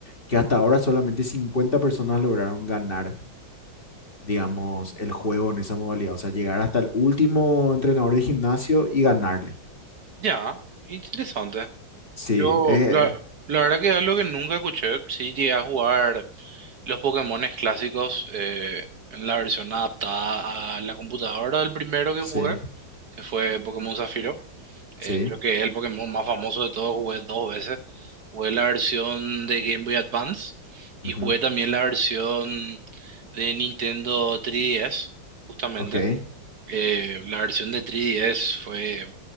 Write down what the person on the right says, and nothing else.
Ya, interesante.
Yo,
la, la verdad que es algo que nunca escuché. Sí llegué a jugar los Pokémones clásicos eh, en la versión adaptada a la computadora del primero que
jugué, que fue Pokémon Zafiro.
Eh, creo que es el Pokémon más famoso de todos. Jugué dos veces. Jugué la versión de Game Boy Advance y
jugué también la versión de Nintendo 3DS, justamente.
Eh, la versión de 3DS fue